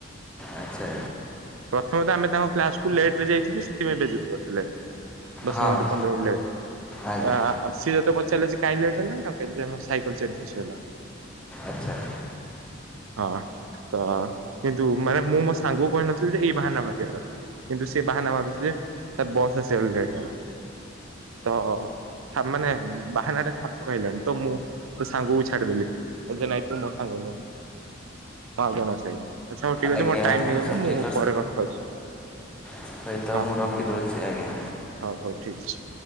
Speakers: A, in the centre; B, on the right.
A: ଆଚ୍ଛା।
B: ଆଜ୍ଞା ପ୍ରଥମେ ତ ଆମେ ତାଙ୍କ କ୍ଲାସକୁୁ ଲେଟ ରେ ଯାଇଥିଲୁ ସେଥିପାଇଁ ବେଜୁୁତି କରିଥିଲେ। ଦଶ
A: ହଁ
B: ମିନିଟ୍ ପନ୍ଦର ମିନିଟ୍ ଲେଟ
A: ଆଜ୍ଞା।
B: ଆ ସିଏ ଯେତେ ପଚାରିଲେ କାଇହିଁ ଲେଟ୍ ହେଲାନା ସାଇକେଲ ଚେନ ଖସି ଗଲା।
A: ଆଚ୍ଛା।
B: ହଁ ତ କିନ୍ତୁ ମାନେ ମୁଁ ମୋ ସାଙ୍ଗକୁ କହିନଥିଲି ଯେ ଏଇ ବାହାନା ମାରିବାର। କିନ୍ତୁ ସେ ବାହାନା ମାରୁଛି ଯେ ବସ୍ ଆସିବାର ଲେଟ୍ ହେଲା। ତ ଆମାନେ ବାହାନାଟା ଖାପ ଖାଇଲାନି ତ ମୁଁ ତ ସାଙ୍ଗକୁ ଛାଡିଦେଲି ଲାଇ ତୁ <unintelligible> ମୋ ସାଙ୍ଗ ନୁହଁ ହଁ ଆଉ କଣ ଅଛି ଆଛା ହଉ ଠିକ
A: ଆଜ୍ଞା
B: ଅଛି ମୋର ଟାଇମ
A: ଆପଣ
B: ହେଇଗଲେ
A: ସଠିକ୍
B: ମୁଁ ପରେ କଥା ହଉଛି।
A: <unintelligible> ତ
B: ହଁ
A: ମୁଁ
B: ହଁ
A: ରଖିଦଉଛି ଆଜ୍ଞା।
B: ହଉ ହଉ ଠିକ ଅଛି।